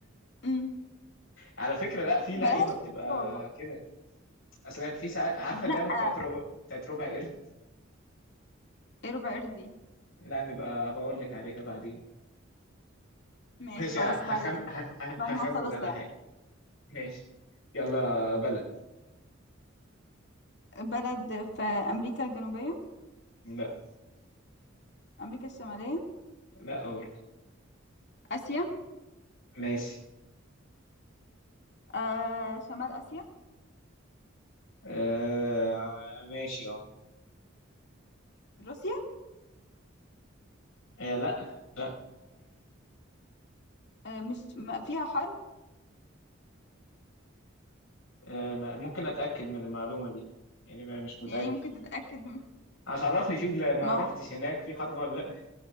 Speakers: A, on the left; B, on the left.
A: امم
B: على فكرة لا في
A: مالهاش
B: لعيبة بتبقى
A: في الكوره والله
B: كده اصل يعني في ساعات عارفة
A: لا
B: اللعبة بتاعت ربع بتاعت ربع قرد
A: ايه ربع قردي
B: لا نبقى بقول لك عليها بعدين
A: ماشي
B: ماشي
A: خلاص
B: هخم...
A: بعد ال...
B: ه- ه-
A: بعد
B: هخمن
A: ما اخلص
B: انا
A: لعب
B: حاجة ماشي يلا بلد
A: بلد في امريكا الجنوبيه
B: لا
A: أمريكا الشمالية
B: لا برضه
A: آسيا
B: ماشي
A: آه شمال آسيا
B: آه... ماشي اه
A: روسيا
B: آه، لا لا
A: آه مش ما فيها حرب
B: <clears throat> آه، ما- ممكن اتاكد من المعلومة دي يعني ما- مش متاكد
A: يعني ممكن تتأكد من-
B: هتعرفني في بلا... ما
A: ما
B: رحتش
A: هو
B: هناك في حرب ولا لا <laughs>